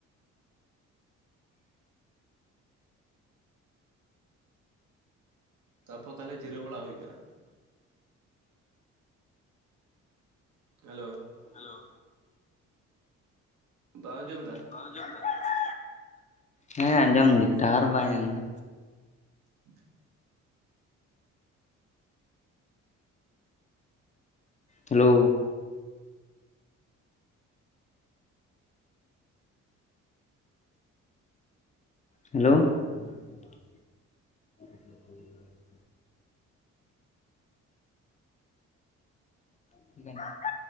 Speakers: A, on the right (about 80°); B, on the left (about 25°).
A: ᱛᱟᱯᱚᱨ ᱛᱟᱦᱚᱞᱮ ᱡᱤᱨᱟᱹᱣ ᱵᱟᱲᱟ ᱦᱩᱭ ᱟᱠᱟᱱᱟ ᱾ ᱦᱮᱞᱳ
B: ᱦᱮᱞᱳ
A: ᱵᱟᱢ ᱟᱸᱡᱚᱢ ᱮᱫᱟ?
B: ᱵᱟᱢ ᱟᱡᱚᱢ ᱮᱫᱟ? ᱦᱮᱸ ᱟᱸᱡᱚᱢ ᱫᱤᱧ ᱴᱟᱣᱟᱨ ᱵᱟᱭ ᱧᱟᱢ ᱮᱫᱟ᱾
A: <inaudible>
B: hello <inaudible> Hello <inaudible> <inaudible> <unintelligible>